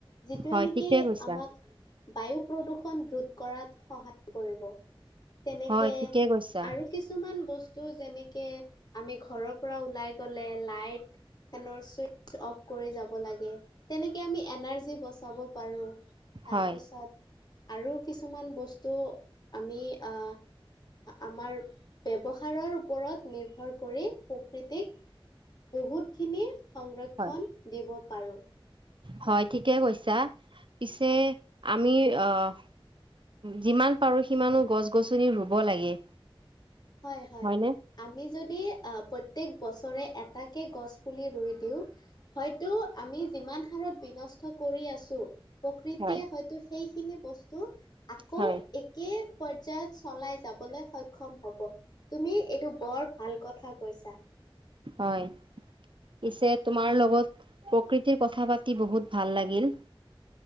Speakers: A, on the left; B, on the right.
A: যিটো
B: হয়
A: মানে
B: ঠিকে
A: কি
B: কৈছা
A: আমাক বায়ু প্ৰদূষণ ৰোধ কৰাত সহায় কৰিব। তেনেকে
B: হয় ঠিকে কৈছা
A: আৰু কিছুমান বস্তু যেনেকে আমি ঘৰৰ পৰা ওলাই গ'লে লাইট, ফেনৰ চুইচ অফ কৰি যাব লাগে। তেনেকৈ আমি এনাৰ্জী বচাব পাৰো। তাৰপিছত
B: হয়
A: আৰু কিছুমান বস্তু আমি আ আমাৰ ব্যৱহাৰৰ ওপৰত নিৰ্ভৰ কৰি প্ৰকৃতিক, বহুতখিনি সংৰক্ষণ
B: হয়
A: দিব পাৰোঁ।
B: হয় ঠিকে কৈছা, পিছে আমি আহ যিমান পাৰো সিমানো গছ-গছনি ৰুব লাগে।
A: হয়, হয়।
B: হয়নে
A: আমি যদি আ প্ৰত্যেক বছৰে এট এতাকে গছ পুলি ৰুই দিওঁ, হয়তো আমি যিমান হাৰত বিনষ্ট কৰি আছো প্ৰকৃতিয়ে
B: হয়
A: হয়তো সেইখিনি বস্তু আকৌ
B: হয়
A: একে পৰ্যায়ত চলাই যাবলৈ সক্ষম হ'ব। তুমি এইটো বৰ ভাল কথা কৈছা।
B: হয়। পিছে তোমাৰ লগত প্ৰকৃতিৰ কথা পাতি বহুত ভাল লাগিল।